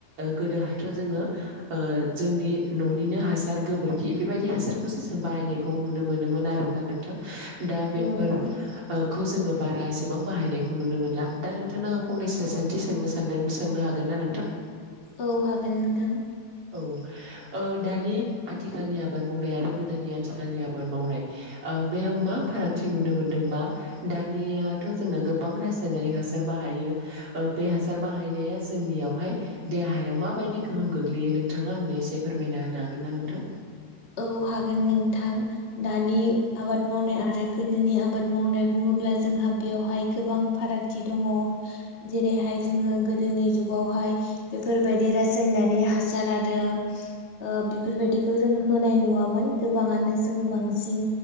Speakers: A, on the right; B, on the left.
A: गोदोहायथ' जोङो ओ जोंनि न'निनो हा सार गोबोरखि बेबायदि हासारखौसो जों बाहायनायखौ नुनो मोनोमोन आरोना नोंथां। दा बेफोरखौ
B: औ नंगौ
A: जोंङो बारा एसेबां बाहायनायखौ नुनो मोनला दा नोंथांनाव आं फंनैसो सोंथि सोंनो सानदों सोंनो हागोन ना नोंथां?
B: औ हागोन नोंथां।
A: औ ओ दानि आथिखालनि आबाद मावनाय आरो गोदोनि आथिखालनि आबाद मावनाय ओ बेयाव मा फारागथि नुनो मोनदोंबा दानियाथ' जोंना गोबां रासायनारि हासार बाहायो बे हासार बाहायनाया जोंनियावहाय देहायाव मा बायदि गोहोम गो ग्लैयो नोंथाङा आंनो एसे फोरमायना होनो हागोन ना नोंथां
B: औ हागोन नोंथां दानि आबाद मावनाय आरो गोदोनि आबाद मावनाय बुङो ब्ला जोंहा बेयावहाय गोबां फारागथि दङ जेरैहाय जोङो गोदोनि जुगाव बेवहाय बेफोरबायदि रासायनारि हासार आरो ओ बेफोरबायदिखौ जों होनाय नुवामोन गोबाङानो जोङो बांसिन